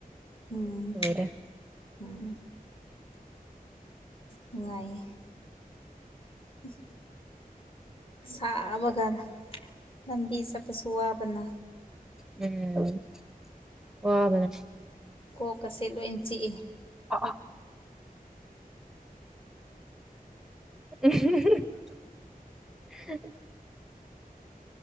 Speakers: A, on the left (about 35°); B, in the centre.
A: ꯎꯝ
B: ꯂꯣꯏꯔꯦ
A: ꯎꯝ ꯅꯨꯡꯉꯑꯌꯦ ꯎꯝ ꯁꯥꯕꯒ ꯂꯝꯕꯤ ꯆꯠꯄꯁꯨ ꯋꯥꯕꯅ
B: ꯎꯝ ꯋꯥꯕꯅꯦ
A: ꯀꯣꯛ ꯑꯁꯦ ꯂꯣꯏ ꯆꯤꯛꯏ
B: ꯑ <inaudible>